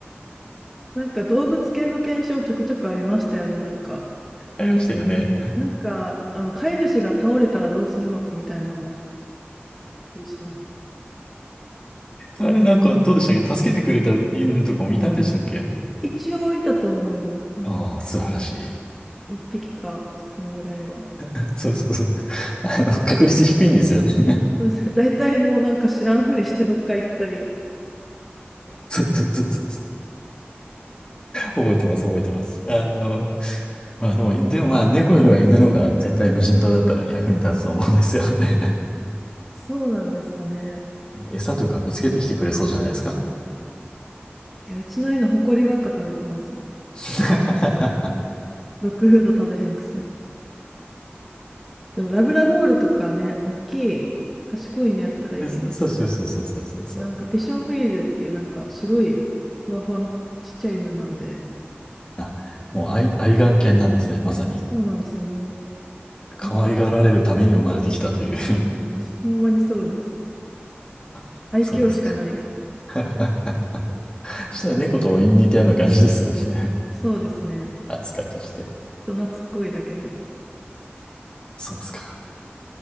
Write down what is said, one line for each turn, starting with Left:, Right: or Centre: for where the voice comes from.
Centre: なんか動物系の検証ちょくちょくありましたよね、なんか。
Left: ありましたよね。
Centre: なんか、あの、飼い主が倒れたらどうするのかみたいなのもあったりします。
Left: あれなんかどうでしたっけ助けてくれた犬とかもいたんでしたっけ
Centre: 一応いたと思います。なんか
Left: ああー、素晴らしい。
Centre: 一匹か、そんぐらいは。
Left: <laughs> そうそうそう。あの、確率低いんですよね。
Centre: <laughs>
Left: <laughs>
Centre: そうです大体もうなんか知らんふりしてどっか行ったり。
Left: そうそうそうそう。覚えてます、覚えてます。あの、まあでも、でもまあ猫よりは犬のが絶対無人島だったら役に立つと思うんですよね。
Centre: そうなんですかね。
Left: <laughs> 餌とか見つけてきてくれそうじゃないですか
Centre: いや、うちの犬、ほこりばっか食べてますもん。
Left: <laughs> そ
Centre: なんか、ドッグフード食べへんくせに。でもラブラドールとかね、大きい、賢いねやったらいいけど、
Left: うそうそうそうそうそうそう。
Centre: うちなんかピションフリーゼっていうなんか白いふわふわのち、ちっちゃい犬なんで、
Left: あ、もう愛、愛玩犬なんですね。まさに。
Centre: そうなんですよ、も
Left: 可愛がられるために生まれてきたという
Centre: う、なんか、でもほんまにそうです。
Left: <laughs>
Centre: 愛嬌しかない。
Left: そうですか。<laughs> そしたら猫と似たような感じですよね。
Centre: そうですね。
Left: <laughs> 扱いとして。
Centre: 人懐っこいだけで。
Left: そうですか。